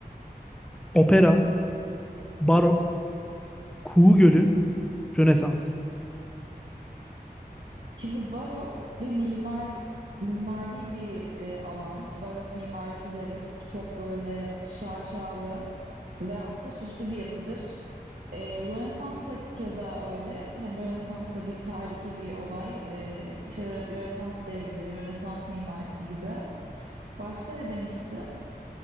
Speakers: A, in the centre; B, on the right (about 85°).
A: Opera, barok, kuğu gölü, Rönesans.
B: Şimdi barok ve mimar mimari bir e, alan. Barok mimarisi deriz. Çok böyle şaşalı ve aslında süslü bir yapıdır. E, Rönesans da keza öyle. Hani Rönesans da bir tarihi bir olay. E, işte Rö- Rönesans devri, Rönesans mimarisi gibi. Başka ne demiştim?